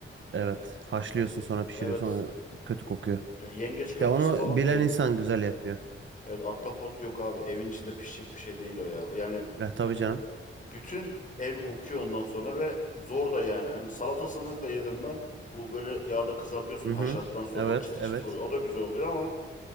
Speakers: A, on the right; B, on the left.
A: Evet. Haşlıyorsun sonra pişiriyorsun.
B: Evet.
A: o Kötü kokuyor.
B: Ya yengeç köftesi
A: Ya onu
B: falan
A: bilen
B: da yedim.
A: insan güzel yapıyor.
B: Evet ahtapot yok abi. Evin içinde pişecek bir şey değil o ya. Yani
A: Ya tabii canım.
B: bütün ev kokuyor ondan sonra ve zor da yani. Hani salatasını da yedim ben. Bu böyle yağda kızartıyorsun
A: Hı
B: haşladıktan
A: hı.
B: sonra
A: Evet,
B: o çıtır
A: evet.
B: çıtır oluyor. O da güzel oluyor ama